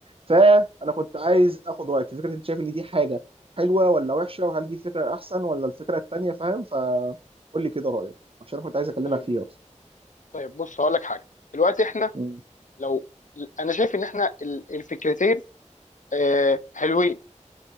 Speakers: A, on the right; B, on the left.
A: فانا كنت عايز اخد رايك في فكره انت شايف ان دي حاجه حلوه ولا وحشه وهل دي فكره احسن ولا الفكره التانيه فاهم فقول لي كده رايك عشان انا كنت عايز اكلمك
B: طيب
A: فيها اصلا
B: طيب بص هقول لك حاجه دلوقتي احنا
A: مم.
B: لو انا شايف ان احنا ال- الفكرتين آه حلوين